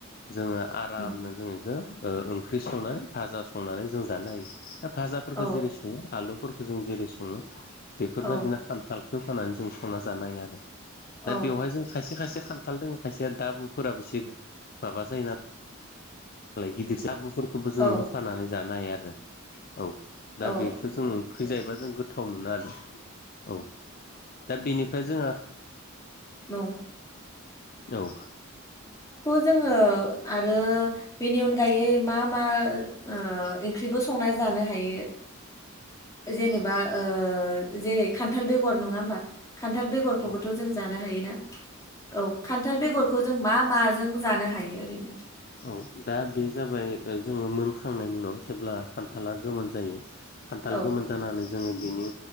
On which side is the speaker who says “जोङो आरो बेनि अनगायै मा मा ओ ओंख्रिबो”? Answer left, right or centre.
Left